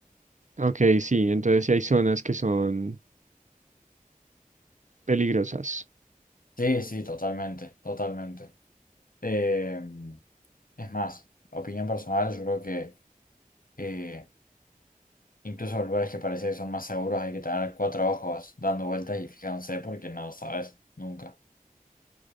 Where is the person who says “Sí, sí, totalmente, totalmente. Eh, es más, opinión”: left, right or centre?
Left